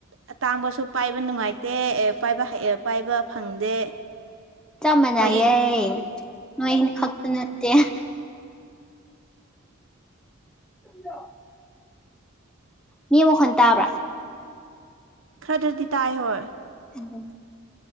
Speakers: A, on the right; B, in the centre.
A: ꯑꯇꯥꯡꯕꯁꯨ ꯄꯥꯏꯕ ꯅꯨꯡꯉꯥꯏꯇꯦ ꯑꯦ ꯄꯥꯏꯕ ꯑꯦ ꯄꯥꯏꯕ ꯐꯪꯗꯦ
B: ꯆꯞ
A: ꯑꯩꯈꯣꯏꯗꯤ
B: ꯃꯥꯟꯅꯑꯦ ꯅꯣꯏ ꯑꯩꯅ ꯈꯛꯇ ꯅꯠꯇꯦ ꯭ꯔꯣ ꯃꯤ ꯑꯃꯨꯛꯈꯟ ꯇꯥꯕ꯭ꯔꯥ
A: ꯈꯔꯗꯗꯤ ꯇꯥꯏ ꯍꯣꯏ
B: ꯎꯝ